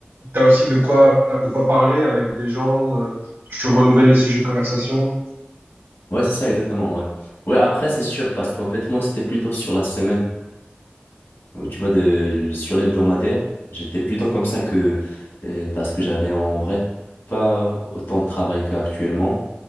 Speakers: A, on the right (about 70°); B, on the left (about 85°).
A: t'as aussi de quoi, de quoi parler avec des gens, euh, tu renouvelles les sujets de conversation.
B: ouais, c'est ça, exactement, ouais. Ouais, après, c'est sûr, parce qu'en fait, moi, c'était plutôt sur la semaine. Ou Tu vois, de, sur l'hebdomadaire, j'étais plutôt comme ça que euh, parce que j'avais en vrai pas autant de travail qu'actuellement.